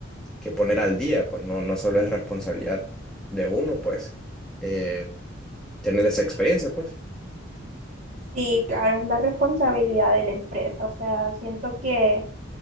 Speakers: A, in the centre; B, on the right.
A: que poner al día, pues no, no solo es responsabilidad de uno, pues eh, tener esa experiencia, pues.
B: Sí, claro, es la responsabilidad de la empresa. O sea, siento que